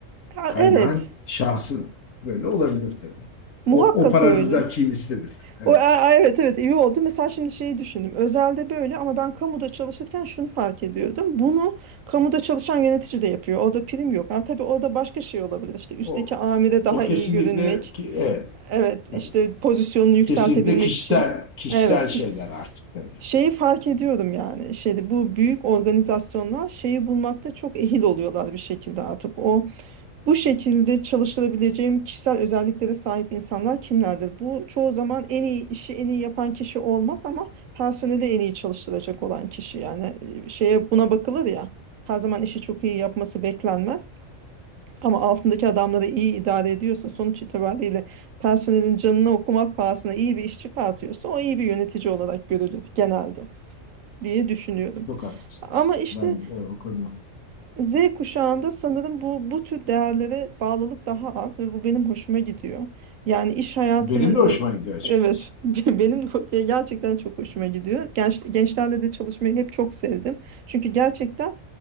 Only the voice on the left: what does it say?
kaynağın
şahsın böyle olabilir tabii.
O, o parantezi
açayım istedim. Evet.
O,
o kesinlikle
ki evet.
Tabii.
Kesinlikle kişisel
kişisel
şeyler
artık dedi.
Çok haklısınız.
Ben e, o konuda.
Benim de
hoşuma gidiyor açıkçası.